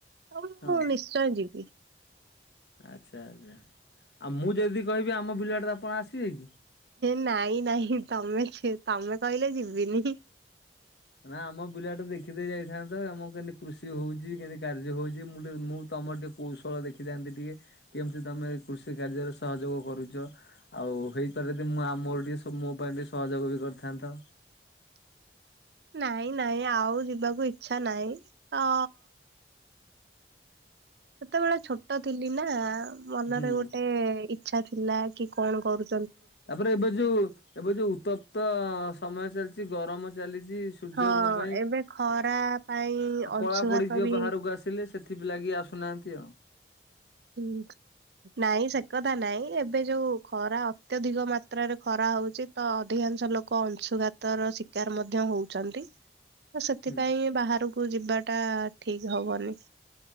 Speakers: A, on the right; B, on the left.
A: ହଉ
B: ହଁ
A: ମୁଁ ନିଶ୍ଚୟ ଯିବି।
B: ଆଚ୍ଛା ଆଚ୍ଛା। ଆଉ ମୁଁ ଯଦି କହିବି ଆମ ବିଲାଡେ ତ ଆପଣ ଆସିବେ କି?
A: ନାଇଁ ନାଇଁ ତମେ ସେ ତମେ କହିଲେ ଯିବିନି।
B: ନା ଆମ ବିଲା ଟେ ଦେଖିଦେଇ ଯାଇଥାନ୍ତତା। ଆମ କେମିତି କୃଷି ହଉଛି କେମିତି କାର୍ଯ୍ୟ ହଉଛି ମୁଁ ଟିକେ ମୁଁ ତମର ଟିକେ କୌଶଳ ଦେଖିଥାନ୍ତି ଟିକେ। କେମିତି ତମେ କୃଷି କାର୍ଯ୍ୟରେ ସହଯୋଗ କରୁଛ। ଆଉ ହେଇଥାର ଯଦି ମୁଁ ମୋର ଟିକେ ସ ମୋ ପାଇଁ ସେତି ସହଯୋଗ ବି କରିଥାନ୍ତ।
A: <inaudible> ନାଇଁ ନାଇଁ ଆଉ ଯିବାକୁ ଇଚଛା ନାହିଁ। ତ ସେତେବେଳେ ଛୋଟ ଥିଲି ନା ମନରେ
B: ହୁଁ।
A: ଗୋଟେ ଇଚ୍ଛା ଥିଲା କି କଣ କରୁଛି।
B: ତାପରେ ଏବେ ଯୋଉ ଏବେ ଯୋଉ ଉତ୍ତପ୍ତ ସମୟ ଚାଲିଛି ଗରମ ଚାଲିଛି ଛି ସୂର୍ଯ୍ୟଙ୍କ
A: ହଁ
B: ପାଇଁ।
A: ଏବେ ଖରା ଅଂଶୁଘାତ
B: କଳା ପଡିଯିବ
A: ବି
B: ବାହାରକୁ ଆସିଲେ ସେଥିପ ଲାଗି ଆସୁନାହାନ୍ତି ଆଉ।
A: ହୁଁ ନାଇଁ ସେ କଥା ନାଇଁ ଏବେ ଯୋଉ ଖରା ଅତ୍ୟଧିକ ମାତ୍ରାରେ ଖରା ହଉଛି ତ ଅଧିକା ଅଧିକାଂଶ ଲୋକ ଅଂଶୁଘାତ ର ଶିକାର ମଧ୍ୟ ହଉଛନ୍ତି। ତ ସେଥିପାଇଁ
B: ହୁଁ।
A: ବାହାରକୁ ଯିବାଟା ଠିକ ହବନି।